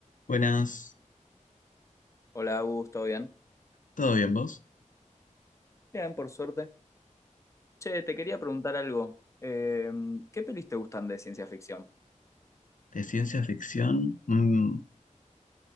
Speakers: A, on the left; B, on the left.
A: Buenas,
B: Hola, Augusto, ¿todo bien?
A: ¿todo bien vos?
B: Bien, por suerte. Che, te quería preguntar algo. Eh, ¿qué pelis te gustan de ciencia ficción?
A: De ciencia ficción. mm,